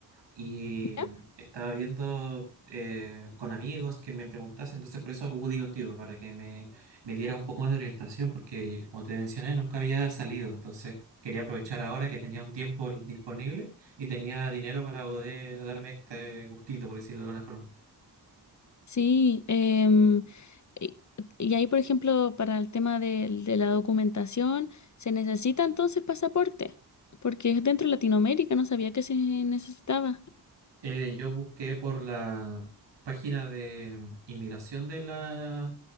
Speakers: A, on the right; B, on the left.
A: y
B: ya.
A: estaba viendo eh, con amigos que me preguntasen. Entonces, por eso acudí contigo, para que me, me diera un poco más de orientación, porque como te mencioné, nunca había salido. Entonces, quería aprovechar ahora que tenía un tiempo disponible y tenía dinero para poder darme este gustito, por decirlo de alguna forma.
B: Sí, em, y, y ahí, por ejemplo, para el tema del- de, la documentación, se necesita entonces pasaporte, porque es dentro de Latinoamérica, no sabía que se necesitaba.
A: Eh, yo busqué por la página de inmigración de la,